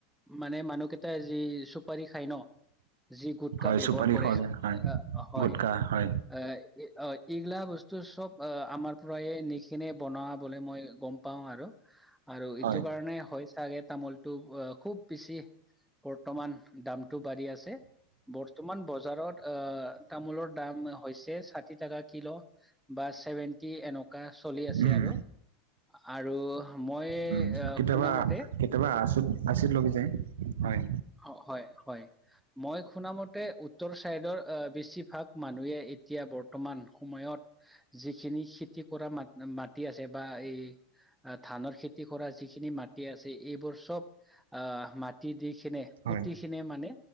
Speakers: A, in the centre; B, on the right.
A: মানে মানুহকেইটাই যি চুপাৰী খাই ন যি গোট
B: হয়
A: কা বেবৰ
B: চুপাৰি
A: কৰে
B: খোৱা যায় হয়
A: আহ হয়
B: গুটকা হয়
A: আ এ অ এইগিলা বস্তু চব আ আমাৰ পৰায়ে নিকেনে বনোৱা বুলি মই গম পাওঁ আৰু আৰু
B: হয়
A: এইটো কাৰণে হয় চাগে তামোলটো অ খুব বেছি বৰ্তমান দামটো বাঢ়ি আছে বৰ্তমান বজাৰত আহ তামোলৰ দাম হৈছে ষাঠি টকা কিলো বা ছেভেণ্টি এনকা চলি আছে
B: উম
A: আৰু আৰু মই
B: উম কেতিয়াবা
A: শুনামতে
B: কেতেবা আছো আচি লগ যে হয়
A: অ হয় হয় মই শুনা মতে উত্তৰ চাইডৰ আ বেছিভাগ মানুহে এতিয়া বৰ্তমান সময়ত যিখিনি শীত তি কৰা মাত মাটি আছে বা এই আ ধানৰ খেতি কৰা যিখিনি মাটি আছে এইবোৰ চব আহ মাটি দিশ খিনে পুতি
B: হয়
A: খিনে মানে